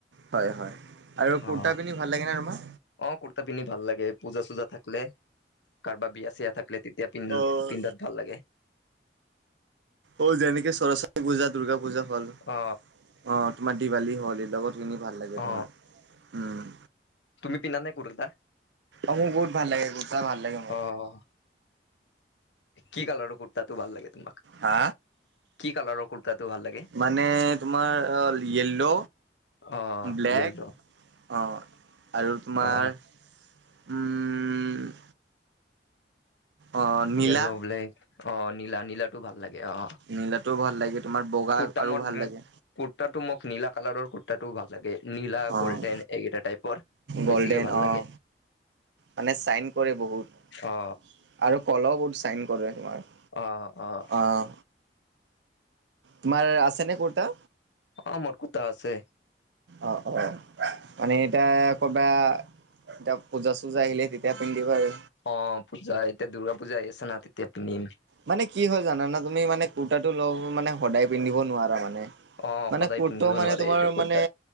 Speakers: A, on the right; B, on the left.
A: হয়-হয় আৰু কুৰ্তা
B: অ
A: পিন্ধি ভাল লাগে নে তোমাৰ?
B: অ' কুৰ্তা পিন্ধি ভাল লাগে পূজা চূজা থাকিলে। কাৰোবাৰ বিয়া -চিয়া থাকিলে তেতিয়া পিন্ধ
A: অ',
B: পিন্ধাত ভাল লাগে।
A: অ' যেনেকে সৰস্বতী পূজা, দূৰ্গা পূজা হল
B: অ
A: অ' তোমাৰ দিৱালী হ'ল এইবিলাকত কিনি ভাল লাগে
B: অ
A: তোমাৰ উম।
B: তুমি পিন্ধা নে কুৰ্তা?
A: অ' মোৰ বহুত ভাল লাগে কুৰ্তা ভাল লাগে মোৰ।
B: অ'। কি কালাৰৰ কুৰ্তাটো ভাল লাগে তোমাক?
A: হা!
B: কি কালাৰৰ কুৰ্তাটো ভাল লাগে?
A: মানে তোমাৰ হল yellow
B: or
A: black,
B: yellow
A: or' আৰু তোমাৰ
B: অ
A: উম অঁ নীলা
B: য়েল্ল, ব্লেক অ' নীলা-নীলা। তো ভাল লাগে অ',
A: নীলাটোও ভাল লাগে তোমাৰ বগা
B: কুর্তা
A: আৰু
B: <unintelligible>
A: ভাল লাগে
B: কুৰ্তাটো মোক নীলা কালাৰৰ কুৰ্তাটো ভাল লাগে। নীলা,
A: অঁ
B: গল্ডেন এইকেইটা টাইপৰ
A: গল্ডেন
B: বেছিকে ভাল
A: অঁ
B: লাগে।
A: মানে চাইন কৰে বহুত
B: অ
A: আৰু কলাও বহুত চাইন কৰে তোমাৰ।
B: অ', অ'।
A: অঁ তোমাৰ আছে নে কুৰ্তা?
B: অ মতকুতা আছে।
A: অ অ, মানে এতা ক'বা এতিয়া পূজা -চুজা আহিলে তেতিয়া পিন্ধিবা আৰু।
B: অ পূজা এতিয়া দুৰ্গা পূজা আহি আছে না তেতিয়া পিন্ধিম।
A: মানে কি হয় জানানা তুমি মানে কুৰ্তাটো ল মানে সদায় পিন্ধিব নোৱাৰা মানে।
B: অ
A: মানে
B: সদায়
A: কোৰ্ট
B: পিন্ধিব
A: মানে
B: নোৱাৰে
A: তোমাৰ
B: এইটো কুৰ্তা
A: মানে